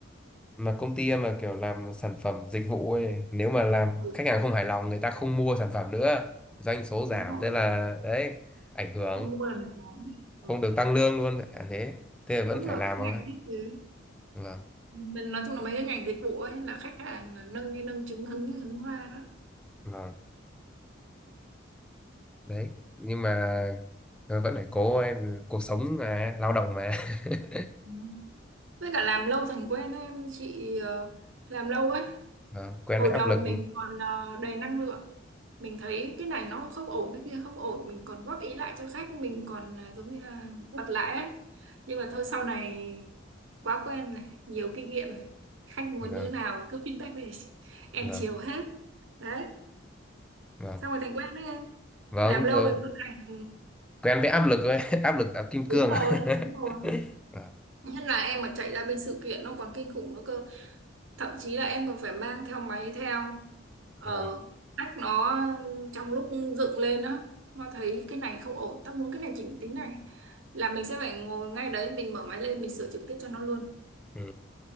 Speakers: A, in the centre; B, on the right.
A: mà công ty em mà kiểu làm sản phẩm dịch vụ ấy, nếu mà làm
B: ừ,
A: khách hàng không hài lòng người ta không mua sản phẩm nữa doanh số
B: đúng
A: giảm
B: rồi
A: thế là đấy ảnh hưởng
B: không mua là mình nói
A: không
B: ừ.
A: được tăng lương luôn à, thế thế là
B: cũng
A: vẫn phải
B: là
A: làm
B: cái
A: thôi
B: ngành thiết kế
A: vâng
B: mình nói chung là mấy cái ngành dịch vụ ấy là khách hàng là nâng như nâng trứng hứng như hứng hoa đó
A: vâng đấy nhưng mà ờ, vẫn phải cố em cuộc sống mà lao động mà <laughs>
B: Ừ. với cả làm lâu thành quen ấy, em như chị ờ, làm lâu ấy
A: vâng, quen
B: hồi
A: với áp
B: đầu
A: lực
B: mình còn ờ, đầy năng lượng mình thấy cái này nó không ổn cái kia không ổn mình còn góp ý lại cho khách mình còn ờ, giống như là bật lại ấy nhưng mà thôi sau này quá quen rồi nhiều kinh nghiệm rồi khách muốn
A: vâng
B: như nào cứ feedback về <laughs> em
A: vâng
B: chiều hết đấy
A: vâng
B: xong rồi thành quen đấy em
A: vâng
B: làm lâu
A: rồi.
B: rồi nó thành
A: quen với áp lực rồi <laughs> áp lực tạo kim
B: Đúng
A: cương
B: rồi, đúng
A: <laughs>
B: rồi.
A: vâng
B: Nhất là em mà chạy ra bên sự kiện nó còn kinh khủng nữa cơ. Thậm chí là em còn phải mang theo máy theo. Ờ,
A: vâng
B: hack nó trong lúc dựng lên á, nó thấy cái này không ổn, tao muốn cái này chỉnh tính này. Là mình sẽ phải ngồi ngay đấy, mình mở máy lên, mình sửa trực tiếp cho nó luôn.
A: ừ.